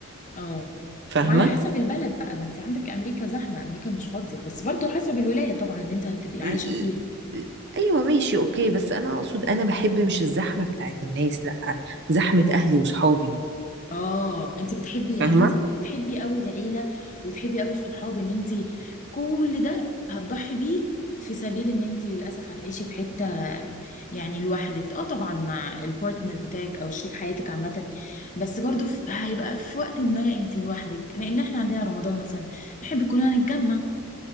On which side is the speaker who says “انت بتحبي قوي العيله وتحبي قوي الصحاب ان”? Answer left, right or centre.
Left